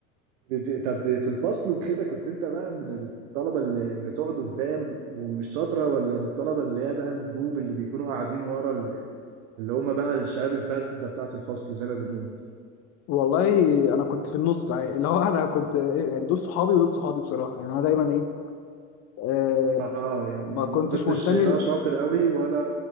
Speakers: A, on the right; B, on the left.
A: بت- طب في الفصل وكده كنت انت بقى من الطلبه اللي بتقعد قدام ومش شاطره ولا من الطلبه اللي هي بقى الجروب اللي بيكونوا قاعدين ورا ال- اللي هم بقى الشباب الفاسده بتاعت الفصل زي ما بنقول
B: والله انا كنت في النص يعني اللي هو انا كنت إيه، يعني دول صحابي ودول صحابي بصراحه يعني انا دايما ايه آه،
A: اه يعني
B: ما كنتش
A: ما كنتش
B: منتمي
A: لا
B: ل...
A: شاطر قوي ولا